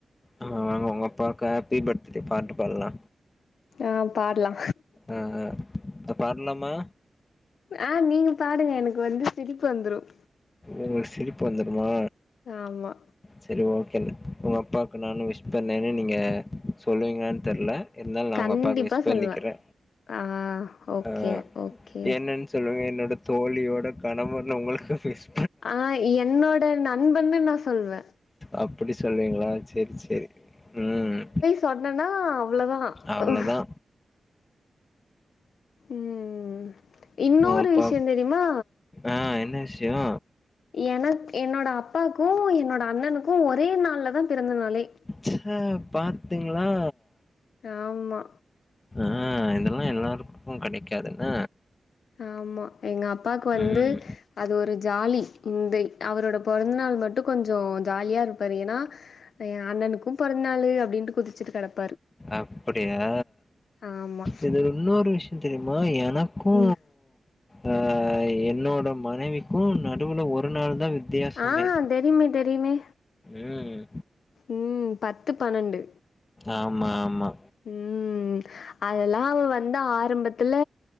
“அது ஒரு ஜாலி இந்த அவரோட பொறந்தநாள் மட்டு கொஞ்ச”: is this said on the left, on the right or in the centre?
Left